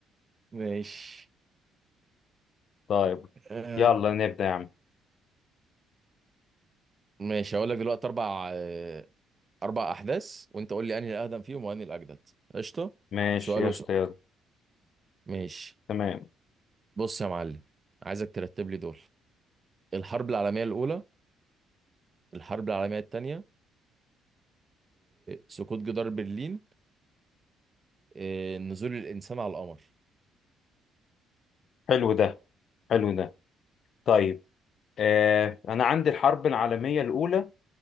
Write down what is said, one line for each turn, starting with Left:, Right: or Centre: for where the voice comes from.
Right: ماشي
Left: طيب
Right: آه،
Left: يلا نبدا يا عم
Right: ماشي هقول لك دلوقتي اربع آه، اربع احداث وانت قول لي انهي الاقدم فيهم وانهي الاجدد قشطه
Left: ماشي
Right: سؤال
Left: يا
Right: وسؤال
Left: شطي يلا
Right: ماشي
Left: تمام
Right: بص يا معلم عايزك ترتب لي دول الحرب العالميه الاولى الحرب العالميه الثانيه سقوط جدار برلين آه، نزول الانسان على القمر
Left: حلو ده حلو ده طيب آه انا عندي الحرب العالميه الاولى